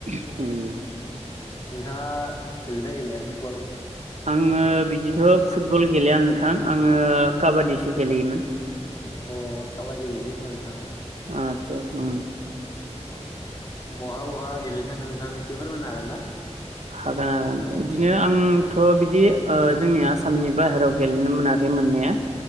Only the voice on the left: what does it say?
नोंथाङा गेलेनाय गेलेया फुटबल?
अ काबादि गेलेयो होमबा नोंथांआ
अ बहा बहा गेलेनो थाङो नोंथां एसे फोरमायनो हागोन ना?